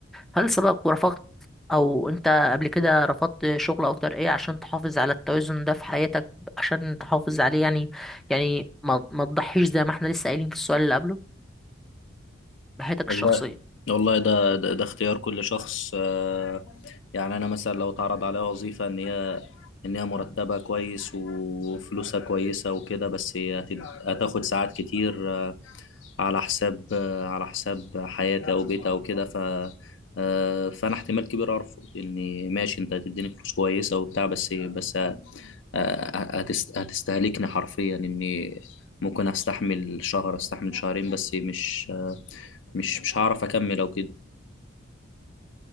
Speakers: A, in the centre; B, on the left.
A: هل سبق ورفضت أو أنت قبل كده رفضت شغل أو ترقية عشان تحافظ على التوازن ده في حياتك عشان تحافظ عليه يعني يعني ما, ما تضحيش زي ما احنا لسه قايلين في السؤال اللي قبله بحياتك الشخصية
B: والله والله ده ده, ده اختيار كل شخص آه، يعني انا مثلا لو اتعرض عليا وظيفة ان هي ان هي مرتبها كويس وفلوسها كويسة وكده بس هي هتد- هتاخد ساعات كتير على حساب على حساب حياتي او بيتي او كده ف آه، فانا احتمال كبير ارفض اني ماشي انت هتديني فلوس كويسه وبتاع بس بس آه، هتست- هتستهلكني حرفيا اني ممكن استحمل شهر استحمل شهرين بس مش آه، مش مش هعرف اكمل او كده